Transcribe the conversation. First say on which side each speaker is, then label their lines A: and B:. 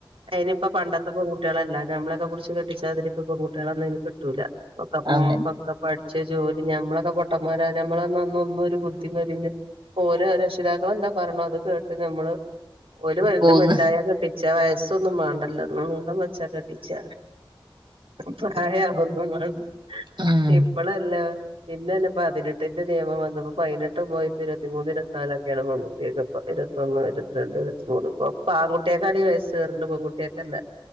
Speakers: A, on the right (about 90°); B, on the right (about 60°).
A: അതിനിപ്പ പണ്ടത്തെ പെൺകുട്ടികളല്ല നമ്മളെ ഒക്കെ പുടിച്ച് കെട്ടിച്ച മാതിരി ഇപ്പ പെൺകുട്ടികളൊന്നും ഇനി കിട്ടൂല ഒക്കെ
B: അതന്നെ
A: പൊക്കെ പഠിച്ച് ജോലി ഞമ്മളൊക്കെ പൊട്ടമാര ഞമ്മള് അന്നൊന്നും ഒരു ബുദ്ധി വരില്ല ഓല് രക്ഷിതാക്കളെന്താ പറയണെ അത് കേട്ട് നമ്മള് ഓല് വൽ
B: പോന്ന്
A: വലുതായ കെട്ടി ച്ച വയസ്സൊന്നും വാണ്ടല്ലോന് നിളം വെച്ചാ കെട്ടിച്ചാ പ്രായ ആവുവൊന്നും വേണ്ട
B: ഉം
A: ഇപ്പളെല്ലോ പിന്നെയല്ലേ പതിനെട്ടിന്റെ നിയമം വന്നപ്പോ പതിനെട്ടും പോയി ഇരുപത്തിമൂന്ന് ഇരുപത്തിനാലായി ചെല പെൺകുട്ടികൾക്കൊക്കെ ഇരുപത്തൊന്ന് ഇരുപത്തിരണ്ട് ഇരുപത്തിമൂന്ന് ഇപ്പൊ ആൺ കുട്ടികൾക്കാണ് വയസ്സ് കേറണത് പെൺകുട്ടികൾക്ക് അല്ല